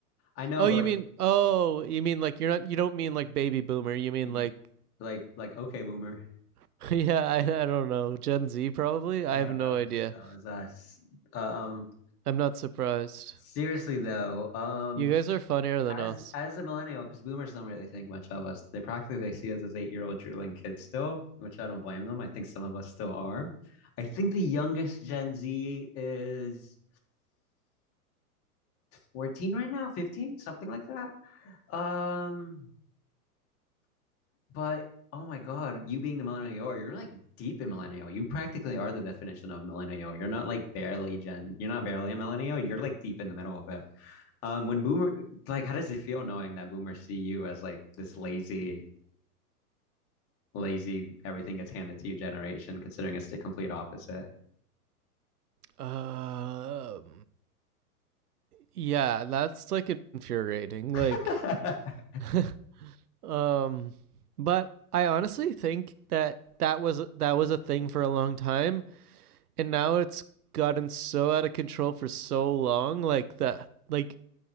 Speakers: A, on the left; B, on the right.
A: I know,
B: Oh,
A: but
B: you
A: like
B: mean oh, you mean like you're not you don't mean like baby boomer. You mean
A: you mean
B: like
A: like like okay boomer.
B: <laughs> yeah, I I don't know Gen Z probably.
A: Yeah,
B: I have no
A: that was
B: idea.
A: that was us. Um
B: I'm not surprised.
A: seriously though, um
B: You guys are funnier than
A: as
B: us.
A: as a millennial, because boomers don't really think much of us. They practically see us as eight year old drooling kids still, which I don't blame them. I think some of us still are. I think the youngest Gen Z is 14 right now, 15, something like that. Um, but oh my God, you being the millennial, you are, you're like deep in millennial. You practically are the definition of millennial. You're not like barely Gen, you're not barely a millennial. You're like deep in the middle of it. Um, when boomer, like, how does it feel knowing that boomers see you as like this lazy lazy, everything gets handed to you generation, considering it's the complete opposite.
B: Um, yeah, that's like infuriating. Like,
A: <laughs>
B: <laughs> um, but I honestly think that that was that was a thing for a long time and now it's gotten so out of control for so long like that like